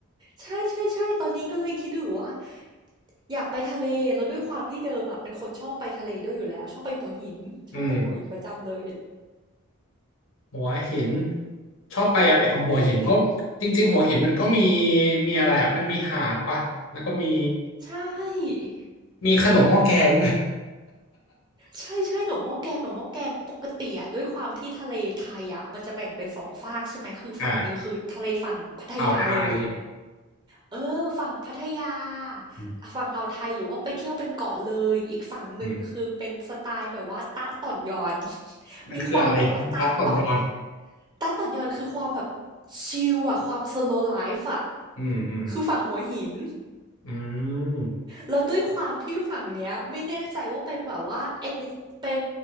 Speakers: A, on the right; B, on the left.
A: ใช่ๆๆตอนนี้ก็เลยคิดอยู่ว่าอยากไปทะเลแล้วด้วยความที่เดิมอะเป็นคนชอบไปทะเลด้วยอยู่แล้วชอบไปหัวหินชอบไปหัวหินประจำเลย
B: อืม หัวหินชอบไปอะไรของหัวหินเพราะจริงๆหัวหินมันก็มี
A: อืมนึกนึง
B: มีอะไรอ่ะมันมีหาดปะแล้วก็มี
A: ใช่
B: มีขนมหม้อแกง
A: ใช่ใช่หนมหม้อแกงหนมหม้อแกงปกติอะด้วยความที่ทะเลไทยอะมันจะแบ่งเป็นสองฝากใช่ไหมคือฝั่งหนึ่งคือทะเลฝั่งพัทยาเลย
B: <laughs> อ่าอ่าวไทย
A: เออฝั่งพัทยา
B: อืม
A: ฝั่งอ่าวไทยหรือว่าไปเที่ยวเป็นเกาะเลยอีกฝั่งหนึ่งคือเป็นสไตล์แบบว่าตะต่อนยอน
B: อืม
A: <laughs>
B: มันคืออะไรละต่อนยอน
A: มีความแบบว่าตะต่อน ตาต่อนยอนคือความแบบชิลอะความ slow life อะ
B: อืมอืม
A: คือฝั่งหัวหิน
B: อืม
A: แล้วด้วยความที่ฝั่งเนี้ยไม่แน่ใจว่าเป็นแบบว่า ener- เป็น